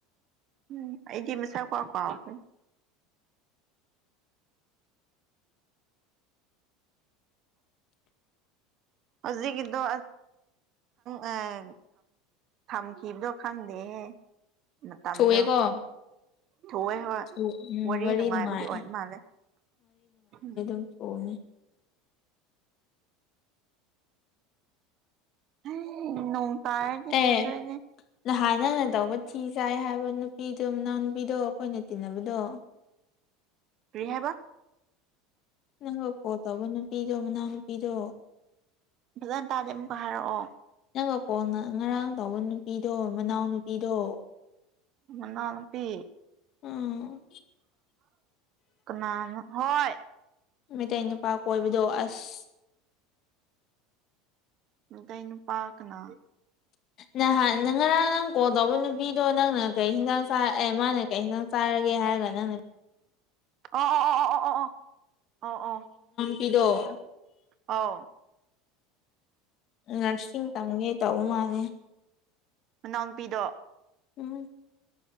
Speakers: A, on the right (about 50°); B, on the left (about 50°).
A: ꯎꯝ ꯑꯩꯗꯤ ꯃꯁꯥꯛꯐꯥꯎ ꯀꯥꯎꯈ꯭ꯔꯦ ꯍꯧꯖꯤꯛ ꯀꯤꯗꯣ ꯑꯥ ꯊꯝꯈꯤꯕꯗꯣ ꯈꯪꯗꯦꯍꯦ ꯃꯇꯥꯝꯗꯣ
B: ꯊꯨꯑꯦꯀꯣ
A: ꯊꯣꯛꯑꯦ ꯍꯣꯏ
B: ꯎꯝ
A: ꯋꯥꯔꯤ ꯅꯨꯡꯉꯥꯏꯕꯒꯤ
B: ꯅꯨꯡꯉꯥꯏ
A: ꯑꯣꯏ ꯃꯥꯜꯂꯦ ꯎꯝ
B: ꯍ <unintelligible>
A: ꯑꯦ ꯅꯣꯡ ꯇꯥꯔꯗꯤ ꯐꯗꯣꯏꯅꯦ
B: ꯑꯦ ꯅꯍꯥꯟ ꯅꯪꯅ ꯇꯧꯕ ꯊꯤ ꯆꯥꯏ ꯍꯥꯏꯕ ꯅꯨꯄꯤꯗꯣ ꯃꯅꯥꯎꯅꯨꯄꯤꯗꯣ ꯑꯩꯈꯣꯏꯅ ꯇꯤꯟꯅꯕꯗꯣ
A: ꯀꯔꯤ ꯍꯥꯏꯕ
B: ꯅꯪꯒ ꯀꯣꯜ ꯇꯧꯕ ꯅꯨꯄꯤꯗꯣ ꯃꯅꯥꯎꯅꯨꯄꯤꯗꯣ
A: ꯐꯖꯅ ꯇꯥꯗꯦ ꯑꯃꯨꯛꯀ ꯍꯥꯏꯔꯛꯑꯣ
B: ꯅꯪꯒ ꯀꯣꯜ ꯉꯔꯥꯡ ꯇꯥꯎꯕ ꯅꯨꯄꯤꯗꯣ ꯃꯅꯥꯎ ꯅꯨꯄꯤꯗꯣ
A: ꯃꯅꯥꯎꯅꯨꯄꯤ
B: ꯎꯝ
A: ꯀꯅꯥꯔ ꯍꯣꯏ
B: ꯃꯩꯇꯩ ꯅꯨꯄꯥ ꯀꯣꯏꯕꯗꯣ ꯑꯁ
A: ꯃꯩꯇꯩ ꯅꯨꯄꯥ ꯀꯅꯥ
B: ꯅꯍꯥꯟ ꯉꯔꯥꯡ ꯅꯪ ꯀꯣꯜ ꯇꯧꯕ ꯅꯨꯄꯤꯗꯣ ꯅꯪꯅ ꯀꯩ ꯍꯤꯟꯁꯥꯡ ꯆꯥꯔꯛꯑꯦ ꯃꯥꯅ ꯀꯩꯪ ꯍꯦꯟꯖꯥꯡ ꯆꯥꯔꯒꯦ ꯍꯥꯏꯔꯒ ꯅꯪꯅ
A: ꯑꯣ ꯑꯣ ꯑꯣ ꯑꯣ ꯑꯣ ꯑꯣ ꯑꯣ
B: ꯄꯤꯗꯣ
A: ꯑꯥꯎ
B: ꯅꯔꯁꯤꯡ ꯇꯝꯒꯦ ꯇꯧꯕ ꯃꯥꯜꯂꯦ
A: ꯃꯅꯥꯎꯅꯨꯄꯤꯗꯣ
B: ꯎꯝ